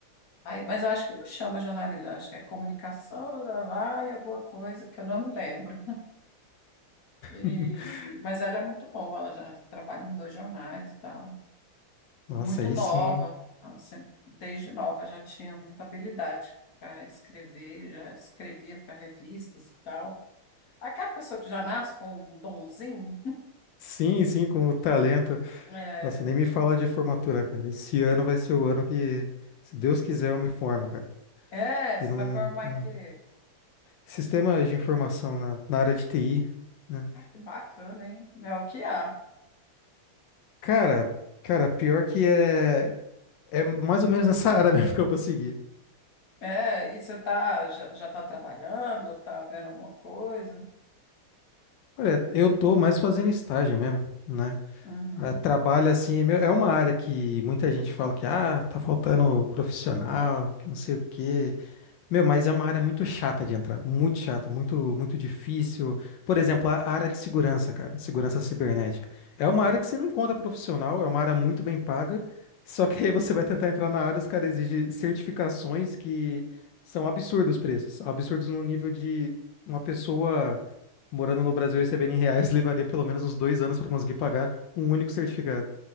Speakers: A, on the left; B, on the left.
A: Aí, mas eu acho que não chama jornalismo, eu acho que é comunicação, lá, lá, e alguma coisa que eu não me lembro. E-
B: <laughs>
A: mas ela é muito boa, ela já trabalha em dois jornais e tal.
B: Nossa,
A: Muito
B: aí
A: nova,
B: sim.
A: ela sempre, desde nova já tinha muita habilidade para escrever, já escrevia para revistas e tal. Aquela pessoa que já nasce com um donzinho,
B: Sim, sim, com o talento.
A: é,
B: Nossa, nem me fala de formatura, cara. Esse ano vai ser o ano que, se Deus quiser, eu me formo, cara.
A: é,
B: Que
A: você
B: não,
A: vai formar
B: não-
A: em quê?
B: Sistema de informação na, na área de TI, né?
A: Ai, que bacana, hein? É o que há.
B: Cara, cara, pior que é, é mais ou menos <laughs> nessa área mesmo que eu vou seguir.
A: É, e você tá, já, já tá trabalhando, tá vendo alguma coisa?
B: Olha, eu tô mais fazendo estágio mesmo, né?
A: Uhum.
B: Ah, Trabalha assim, é meu, é uma área que muita gente fala que ah, tá faltando profissional, que não sei o quê. Meu, mas é uma área muito chata de entrar, muito chata, muito muito difícil. Por exemplo, a área de segurança, cara, segurança cibernética. É uma área que você não encontra profissional, é uma área muito bem paga, só que aí você vai tentar entrar na área, os caras exigem certificações que são absurdos os preços, absurdos no nível de uma pessoa morando no Brasil e recebendo em reais <laughs> levaria pelo menos uns dois anos para conseguir pagar um único certificado.